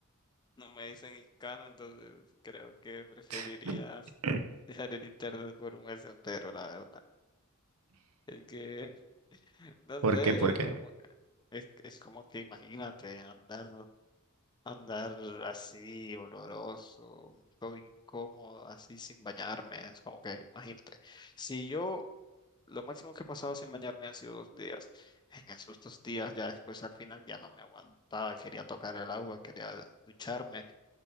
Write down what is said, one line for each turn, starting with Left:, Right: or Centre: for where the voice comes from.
Left: no me dicen hiscano, entonces creo que preferiría
Right: <laughs>
Left: dejar el internet por un mes entero, la verdad. Es que, no
Right: ¿Por
Left: sé,
Right: qué? ¿Por qué?
Left: es como, es, es como que imagínate andar Andar así, oloroso, un poco incómodo, así sin bañarme, es como que, imagínate. Si yo, lo máximo que he pasado sin bañarme han sido dos días. En esos dos días, ya después al final ya no me aguantaba, quería tocar el agua, quería ducharme.